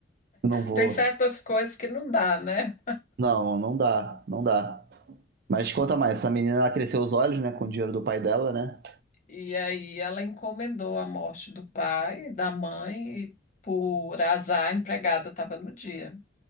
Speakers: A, on the right; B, on the left.
A: Não vou.
B: Tem certas coisas que não dá, né?
A: Não, não dá, não dá. Mas conta mais, essa menina ela cresceu os olhos, né, com o dinheiro do pai dela, né?
B: E aí ela encomendou a morte do pai, da mãe, e por azar a empregada estava no dia.